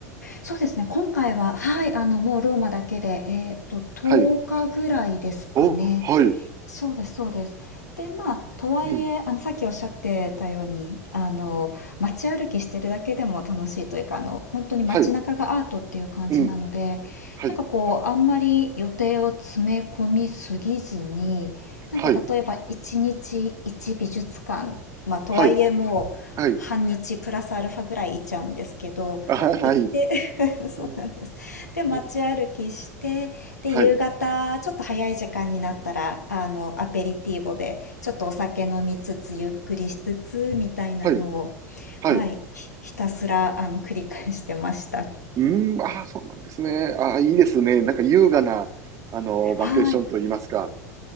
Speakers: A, on the left; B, on the right.
A: そうですね、今回は、はい、あの、もうローマだけで、えっと、10日ぐらいですかね。
B: はい。お、はい。
A: そうですそうです。で、まあ、とはいえ、
B: うん。
A: あの、さっきおっしゃってたように、あの、街歩きしてるだけでも楽しいというか、あの、本当に街中がアートっていう感じなので、
B: はい。うん。はい。
A: なんかこう、あんまり予定を詰め込みすぎずに、なんか例えば1日1美術館、
B: はい。
A: まあ、とはいえもう、
B: はい。はい。
A: 半日プラスアルファぐらい行っちゃうんですけど、
B: あ、はい。
A: 行って <laughs> そうなんです。
B: うん。
A: で、街歩きして、
B: うん。
A: で、
B: はい。
A: 夕方、ちょっと早い時間になったら、あの、アペリティーボで、ちょっとお酒飲みつつ、ゆっくりしつつ、みたいなのを、
B: はい。はい。
A: はい、ひ、ひたすら、あの、繰り返してました。
B: うーん。ああ、そうなんですね。ああ、いいですね。なんか優雅な、あの、バケーションといいますか。
A: はい。